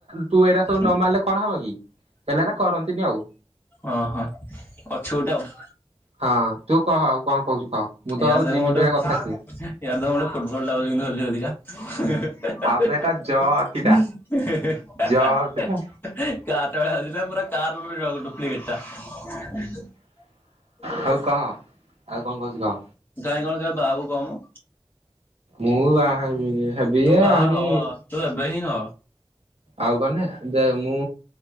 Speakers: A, on the right (about 80°); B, on the left (about 20°).
A: ତୁ ଏଇଟା
B: କଣଟା
A: ସବୁ ନ ମାରିଲେ କଣ ହବ କି ହେଲାଟା କରନ୍ତିନି ଆଉ।
B: ଓହୋ ଅଛି ଗୋଟେ ଆଉ
A: ହଁ ତୁ କହ ଆଉ କଣ କହୁଛୁ କହ? ମୁଁ ତ
B: ଏଡ଼
A: ଆଉ
B: ଦେ
A: ଦି
B: ମୋଠୁ
A: ମିନିଟ ଭଳିଆ କଥା
B: ୟାର
A: ଥିଲି।
B: ତ ଗୋଟେ ଫୁଟବଲ ଲାଉଛି କିୁ ହୋଲି ହଲିକା
A: ଆବେ ଏଟା ଜଳ
B: ହ
A: ହସ୍ତିଟା
B: <inaudible>
A: ଜଳ
B: କାରଟ
A: ହସ୍ତିଟା।
B: ଭଳିଆ ହଉଛି ନା ପୁରା କାର ଡୁପ୍ଲିକେଟଟା
A: ହଉ କହ ଆଉ କଣ କହୁଛୁ କହ।
B: କାଇଁ କଣ କାଇ ବାହାବକୁ କହ ମ
A: ମୁଁ ବାହା ହେରବିନି ହେବି
B: ତୁ ବାହା
A: ଆହୁରି
B: ହ ତୁ ଏବେ ହି ହ।
A: ଆଉ କହନେ ଦେ ମୁଁ